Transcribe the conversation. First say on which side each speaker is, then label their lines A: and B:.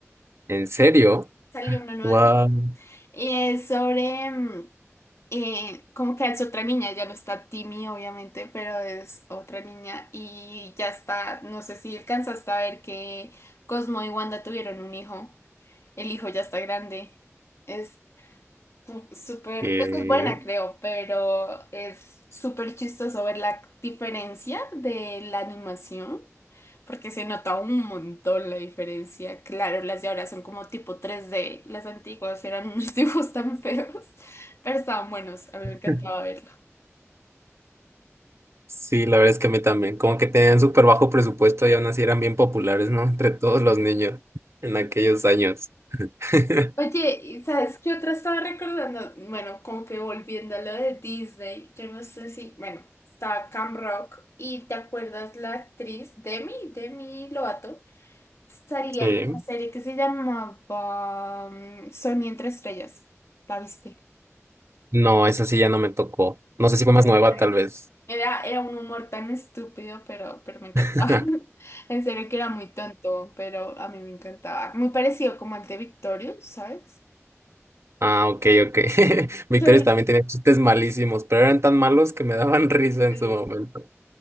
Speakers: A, on the right; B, on the left.
A: ¿En serio?
B: salió una nueva
A: Wow.
B: serie, y es sobre... mm, eh, como que es otra niña, ya no está Timmy, obviamente, pero es otra niña y ya está, no sé si alcanzaste a ver que Cosmo y Wanda tuvieron un hijo, el hijo ya está grande, es Uf, Súper,
A: Eh,
B: pues es buena creo, pero es súper chistoso ver la diferencia de la animación, porque se nota un montón la diferencia. Claro, las de ahora son como tipo tres d y las antiguas eran <laughs> unos dibujos tan feos, pero estaban buenos, a mí me
A: <laughs>
B: encantaba verlo.
A: Sí, la verdad es que a mí también. Como que tenían súper bajo presupuesto y aún así eran bien populares, ¿no? <laughs> Entre todos los niños en aquellos años. <laughs>
B: Oye, ¿y sabes qué otra estaba recordando? Bueno, como que volviendo a lo de Disney, yo no sé si, bueno, estaba Cam Rock y ¿te acuerdas la actriz Demi, Demi Lovato? Salía
A: Sí.
B: en una serie que se llamaba mm, Sony entre estrellas. ¿La viste?
A: No, esa sí ya no me tocó. No sé si fue más
B: Era
A: nueva,
B: increíble.
A: tal vez.
B: Era, era un humor tan estúpido, pero, pero me encantaba.
A: <laughs>
B: <laughs> En serio que era muy tonto, pero a mí me encantaba. Muy parecido como al de Victorious, ¿sabes?
A: Ah, ok, ok. <laughs> Victorious
B: Que ahorita
A: también tenía chistes malísimos, pero eran tan malos que me daban <laughs> risa en
B: sí,
A: su momento.